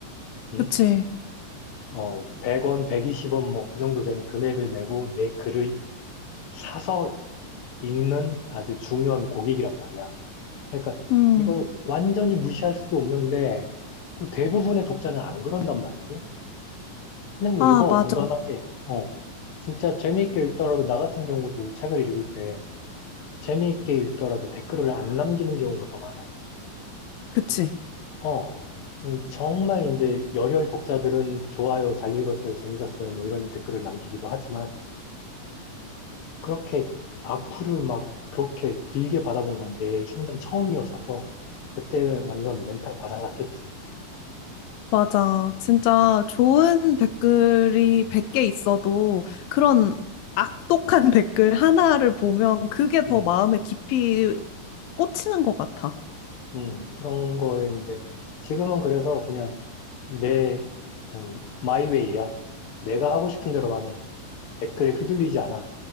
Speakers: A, on the left (about 70°); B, on the left (about 85°).
A: 응?
B: 그치?
A: 어, 100원, 120원 뭐 그 정도 되는 금액을 내고 내 글을 사서 읽는 아주 중요한 고객이란 말이야. 그러니까
B: 음.
A: 이걸 완전히 무시할 수도 없는데 또 대부분의 독자는 안 그런단 말이지. 그냥
B: 아,
A: 읽어,
B: 맞아.
A: 무던하게. 어. 진짜 재미있게 읽더라도 나 같은 경우도 책을 읽을 때 재미있게 읽더라도 댓글을 안 남기는 경우가 더 많아.
B: 그치?
A: 어. 음, 정말 이제 열혈 독자들은 좋아요, 잘 읽었어요, 재밌었어요, 뭐 이런 댓글을 남기기도 하지만 그렇게 악플을 막 그렇게 길게 받아본 건데 생전 처음이었어서 그때 완전 멘탈 바사삭했지.
B: 맞아. 진짜 좋은 댓글이 100개 있어도 그런 악독한 <laughs> 댓글 하나를 보면 그게 더
A: 음,
B: 마음에 깊이 꽂히는 것 같아.
A: 음, 그런 거에 이제 지금은 그래서 그냥 내 음, 마이웨이야. 내가 하고 싶은 대로만 해. 댓글에 휘둘리지 않아.